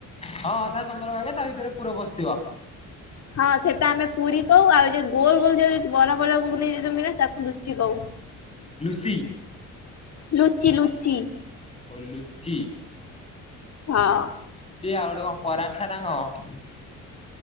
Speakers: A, on the left; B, on the left.
A: ହଁ, ଅଧା ଚନ୍ଦ୍ର ବାଗିଆ, ତା ଭିତରେ ପୁର, ପଶି ତିବା
B: ହଁ, ସେଟା ଆମେ ପୁରୀ, କହୁ ୲ ଆଉ ଯଉ ଗୋଲ, ଗୋଲ ଯଉ ବଡ, ବଡ ଘୁଗୁନି ସହିତ ମିଳେ, ତାକୁ ଲୁଚି କହୁ।
A: ଲୁସି
B: ଲୁଚି, ଲୁଚି।
A: ଓ, ଲୁଚି।
B: ହଁ,
A: କିଏ, ଆଉ ଗୋଟେ କଣ, ପରାଠା ନା କଣ?